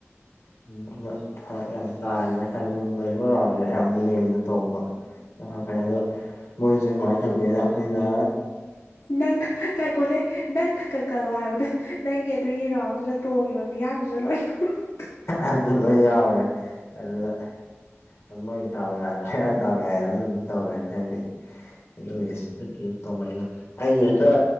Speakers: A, on the left; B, on the left.
A: ꯅꯨꯃꯤꯠꯇꯨꯗ ꯐꯔꯛ ꯌꯥꯝ ꯇꯥꯒꯤꯕ ꯍꯥꯏꯇꯥꯔꯦ ꯑꯗꯨꯝ ꯃꯦꯔꯤꯒꯣꯟ ꯔꯥꯎꯟꯖꯦ ꯌꯥꯝ ꯂꯦꯝꯅ ꯇꯣꯡꯕ <unintelligible> ꯑꯗꯣ ꯃꯣꯏꯖꯦ ꯀꯃꯥꯏꯟ ꯇꯧꯒꯦꯅ ꯑꯈꯣꯏꯅ
B: ꯅꯪ ꯉꯥꯏꯀꯣꯅꯦ ꯅꯪꯅ ꯀꯟꯀꯜꯂꯣ ꯍꯥꯏꯕꯗꯣ ꯅꯪꯒꯤ ꯑꯗꯨꯒꯤ ꯔꯥꯎꯟꯗꯨꯗ ꯇꯣꯡꯉꯤꯕ ꯃꯤꯌꯥꯝꯗꯨꯖꯨ ꯂꯣꯏ <inaudible>
A: ꯑꯗꯨ ꯂꯣꯏ ꯌꯥꯎꯔꯦ ꯑꯗꯨꯗ ꯑꯥ ꯃꯣꯏ ꯗꯥꯎ ꯌꯥꯊ꯭ꯔꯤꯔꯥ ꯗꯥꯎ ꯌꯥꯏꯔꯥ ꯑꯃꯗꯤ ꯇꯧꯔꯦ ꯍꯥꯏꯗꯤ ꯑꯗꯨꯒꯤ ꯁ꯭ꯄꯤꯠꯇꯨꯗ ꯇꯣꯡꯉꯥꯏꯗꯣ ꯑꯩ ꯍꯦꯛꯇ